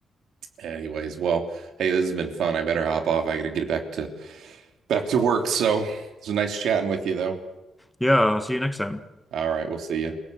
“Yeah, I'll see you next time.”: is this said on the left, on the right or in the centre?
Centre